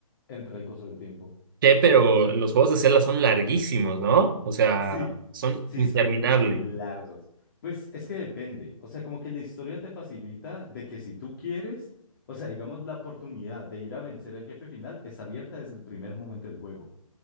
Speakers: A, on the left (about 40°); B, on the right (about 35°).
A: entra el coso del tiempo.
B: Che, pero los juegos de Zelda son larguísimos, ¿no? O sea,
A: Sí,
B: son
A: sí,
B: interminables.
A: son muy largos. Pues es que depende, o sea, como que la historia te facilita de que si tú quieres, o sea, digamos, la oportunidad de ir a vencer al jefe final es abierta desde el primer momento del juego.